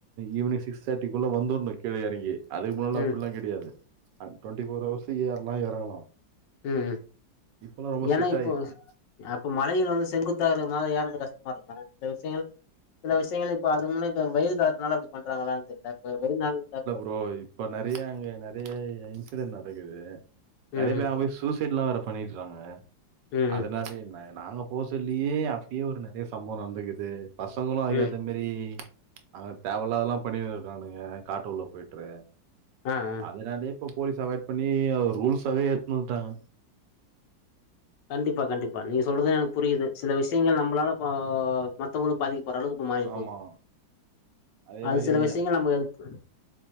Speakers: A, on the right (about 75°); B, on the left (about 75°).
A: evening six தேர்ட்டிக்குள்ள வந்துருனு கீழ எறங்கி அதுக்கு முன்னல்லா
B: ம்
A: அப்புல்லா கெடையாது டுவெண்ட்டி ஃபோர்ஹவர்ஸ் ஏற்லா எறங்கலா
B: ம் ம்
A: இப்பெல்லா ரொம்ப ஸ்ட்ரிக்ட்
B: ஏனா இப்போ
A: ஆயிடுச்சு
B: அப்ப மலைகில் வந்து செங்குத்தா இருக்றதுனால யேர்ரது கஷ்டமா இருக்கு சில விஷயங்கள் சில விஷயங்கள் இப்ப அது முன்ன இப்ப வெயிலு காலத்துனால அப்டி பண்றாங்களானு தெர்ல இப்ப வெருநாள்ல இப்ப
A: இப்போ இப்ப நெறைய அங்க நெறைய இன்சிடென்ட்ஸ் நடக்குது நெறைய
B: ம்
A: பேர் அங்க போய் சூஸ் சைட்லா வேற பண்ணிறாங்க
B: ம்
A: அதனால என்ன நாங்க போ சொல்லயே அப்பயே ஒரு நெறைய சம்பவம் நடந்துக்கிது பசங்களு அதுக்கேத்த
B: ம்
A: மேரி அங்க தேவல்லாதெல்லா பண்ணிட்டு இருக்கானுக காட்டு குள்ள போயிட்டு
B: ஆ ஆ
A: அதனாலே இப்ப போலீஸ் அவாய்ட் பண்ணி ரூல்ஸாவே எட்துன்ணு வந்துட்டாங்க
B: கண்டிப்பா கண்டிப்பா நீங்க சொல்றது எனக்கு புரியுது சில விஷயங்கள் நம்மளால ம் மத்தவங்களு பாதிக்க ஓரளவுக்கு இப்ப மாறி
A: ஆமா
B: போது
A: அதே
B: அது
A: மாரி
B: சில விஷயங்கள் நம்ம அதுக்